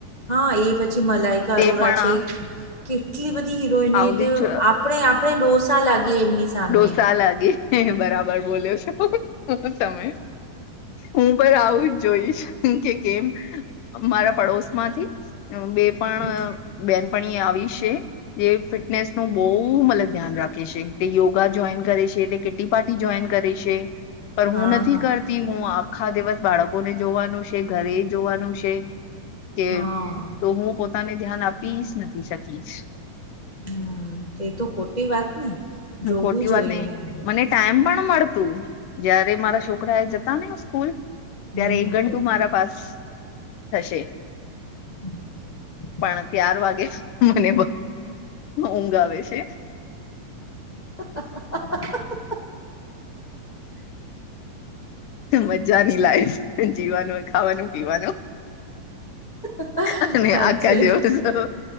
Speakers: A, on the left; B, on the left.
A: હા એ પછી મલાઈકા
B: તે
A: અરોરા
B: પણ
A: છે. કેટલી બધી હીરોઈને
B: આવતી
A: તો આપણે આપણે ડોસા લાગીએ એમની. સામને.
B: ડોસા લાગે બરાબર બોલ્યો છો. તમે હું પણ આવું જ જોઈશ કે કેમ મારા પડોશ. માંથી બે.
A: એટ.
B: બેન પણઓ આવી છે જે ફિટનેસ નું બહુ મતલબ ધ્યાન રાખે છે. તે યોગા જોઈન કરે છે તે કિટી પાર્ટી જોઈન કરે છે પણ
A: હા
B: હું નથી
A: હા
B: કરતી. થી હું આખા દિવસ બાળકો ને જોવાનું છે ઘરે જોવાનું છે. કે
A: હા
B: તો હું પોતાને ધ્યાન આપી જ નથી શકીશ.
A: હા તે તો ખોટી વાત ને.
B: હ
A: જોવું
B: ખોટી
A: જોઈએ
B: વાત નઈ મને ટાઈમ પણ મળતું. જયારે મારા છોકરા એ જતા ને સ્કૂલ
A: હમ
B: ત્યારે એક ગંટુ મારા પાસ થશે.
A: <inaudible>
B: પણ ત્યાર વાગે મને ઊંઘ આવે છે.
A: <inaudible>
B: મજાની લાઈફ જીવાનું ખાવાનું પીવાનું.
A: હમ
B: અને
A: સાચે
B: આખા દિવસો